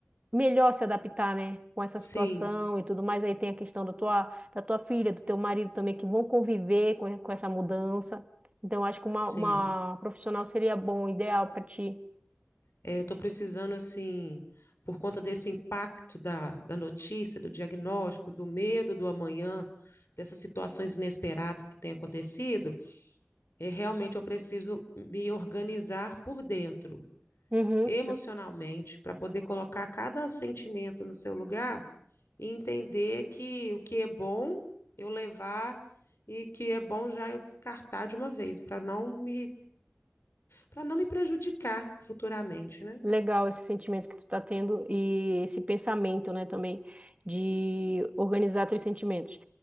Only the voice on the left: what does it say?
sim,
sim.
É, eu estou precisando, assim, por conta desse impacto da, da notícia, do diagnóstico, do medo do amanhã, dessas situações inesperadas que têm acontecido, é, realmente eu preciso me organizar por dentro,
emocionalmente, para poder colocar cada sentimento no seu lugar e entender que o que é bom eu levar e que é bom já eu descartar de uma vez, para não me, para não me prejudicar futuramente, né?